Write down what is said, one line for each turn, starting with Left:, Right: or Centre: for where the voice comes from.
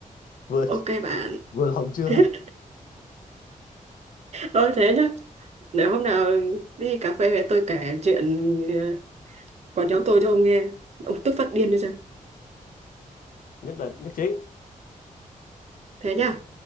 Left: vừa
Right: ok bạn
Left: vừa lòng chưa
Right: <laughs> thôi thế nhá để hôm nào đi cà phê về tôi kể chuyện ờ, của nhóm tôi cho ông nghe ông tức phát điên đi ra
Left: nhất định nhất trí
Right: thế nhá